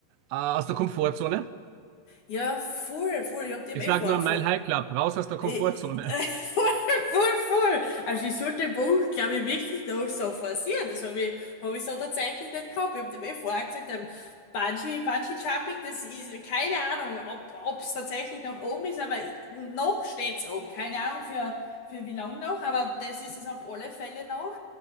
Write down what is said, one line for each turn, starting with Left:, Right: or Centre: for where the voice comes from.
Right: äh, aus der Komfortzone?
Left: Ja, voll, voll. Ich hab dem
Right: Ich
Left: eh
Right: sag
Left: vor,
Right: nur Mile
Left: vor,
Right: High Club, raus aus der
Left: Äh,
Right: Komfortzone.
Left: äh, <laughs> Voll, voll, voll. Also ich sollte dem Buch, glaube ich, wirklich noch so forcieren. Das habe ich, hab ich so tatsächlich nicht gehabt. Ich habe dem eh vorher gesagt, ähm, Bungee, Bungee Jumping, das ist keine Ahnung, ob ob es tatsächlich noch oben ist, aber noch steht's oben. Keine Ahnung für, für wie lange noch, aber das ist es auf alle Fälle noch.